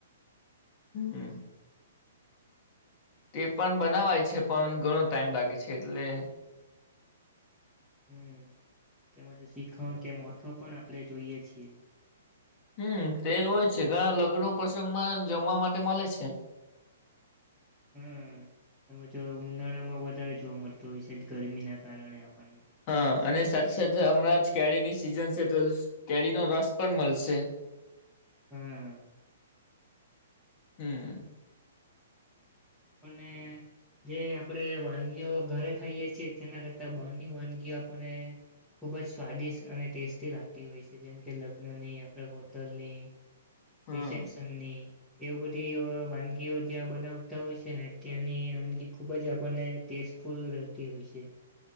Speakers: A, on the left; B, in the centre.
A: હમ્મ. તે પણ બનાવાય છે. પણ ઘણો ટાઈમ લાગે છે એટલે
B: હમ્મ, તેમજ શીખણ કે મોથો પણ આપણે જોઈએ છીએ.
A: હમ્મ, તે હોય છે ઘણા લગ્નો પ્રસંગમાં જમવા માટે મળે છે.
B: હમ્મ, એજ ઉનાળામાં વધારે જોવા મળતો હોય છે જ ગરમી ના કારણે આપણને
A: હા અને સાથે સાથે હમણાં જ કેરીની સિઝન છે તો કેરીનો રસ પણ મળશે.
B: હમ્મ.
A: હમ્મ.
B: આપણને જે આપણે વાનગીઓ ઘરે ખાઈએ છીએ. તેના કરતા બની વાનગીઓ આપણને ખુબ જ સ્વાદિષ્ટ અને ટેસ્ટી લાગતી હોય છે. જેમ કે લગ્નની, આપણે હોટલની
A: હા
B: રિસેપશનની એવ બધી વાનગીઓ જ્યાં બનાવતા હોય છે ને ત્યાંની વાનગી ખૂબ જ આપણને ટેસ્ટફુલ રહેતી હોય છે.